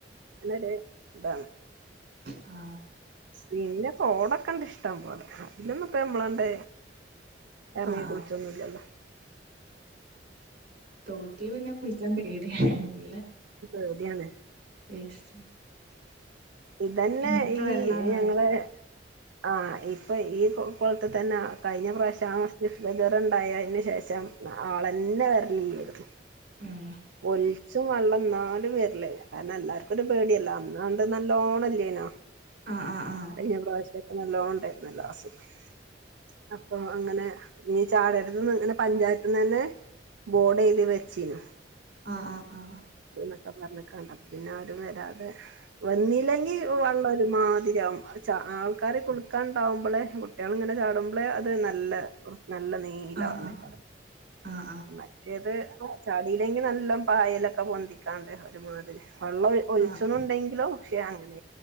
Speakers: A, on the right (about 85°); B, on the right (about 60°).
A: ഒര് ഇതാണ്
B: ആ
A: പിന്നെ കോടൊക്കെണ്ട് ഇഷ്ട പോലേ അതിലൊന്നും പ്പ മ്മളാണ്ട് ഇറങ്ങി
B: ആഹ്
A: കുളിച്ചൊന്നുംല്ലല്ലോ
B: ആഹ് തോട്ടിൽ പിന്നെ കുളിക്കാൻ പേടിയാണേ
A: ഇക്ക് പേടിയാണ്
B: വേസ്റ്റ്
A: ഇതന്നെ
B: എങ്ങനത്തെ
A: ഈ
B: വെള്ളാന്ന്
A: ഞങ്ങള്
B: അറിയില്ല
A: ആ ഇപ്പ ഈ കുളത്ത് തന്നെ കഴിഞ്ഞ പ്രാവശ്യം <unintelligible> തിനു ശേഷം ആളെന്നെ വര്ലല്ലേ രുന്നു
B: ഉം
A: ഒലിച്ചും വെള്ളം എന്നാലും വരലേ കാരണം എല്ലാർക്കും ഒരു പേടിയല്ല അന്നാ നല്ലോണംല്ലനോ
B: ആഹ് ആഹ്
A: കഴിഞ്ഞ പ്രാവശ്യ യൊക്കെ നല്ലോണണ്ടായിര്ന്നല്ലോ <unintelligible> അപ്പൊ അങ്ങനെ ഞ്ഞ് ചാടരത്ത്ന്ന് ഇങ്ങനെ പഞ്ചായത്ത് ന്ന് തന്നെ ബോഡ് ചെയ്ത് വെച്ചീനു
B: ആ ആ ആ
A: അപ്പം പറഞ്ഞ്ക്കാണ്ട് അപ്പം പിന്നെ ആരും വരാതെ വന്നില്ലെങ്കി വെള്ളം ഒ രുമാതിരിയാവും ആൾക്കാര് കുളിക്കാണ്ടാവുമ്പോളെ കുട്ടികള് ഇങ്ങനെ ചാടുമ്പളെ അത് നല്ല നല്ല നീല
B: ആഹ് ആഹ് ആഹ്
A: വെള്ളേക്കാറ്
B: ആഹ്
A: മറ്റേത് ആ ചാടിയിലെങ്കി നല്ല പായലൊക്കെ പൊന്തിക്കാണ്ട് തി വെള്ളം ഒലിച്ച്
B: ആഹ് ആഹ്
A: ണ് ണ്ടെങ്കിലോ പക്ഷെ അങ്ങനെ